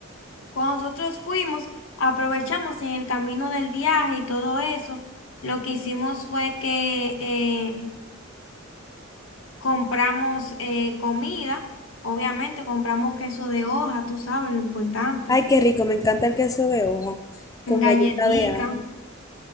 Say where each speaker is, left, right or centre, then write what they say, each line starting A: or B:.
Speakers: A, on the left (about 75°); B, on the left (about 15°).
A: Cuando nosotros fuimos, aprovechamos y en el camino del viaje y todo eso. Lo que hicimos fue que eh, Compramos eh, comida, obviamente compramos queso de hoja, tú sabes lo importante.
B: Ay, qué rico, me encanta el queso de hoja con
A: Galletica.
B: galleta de ajo.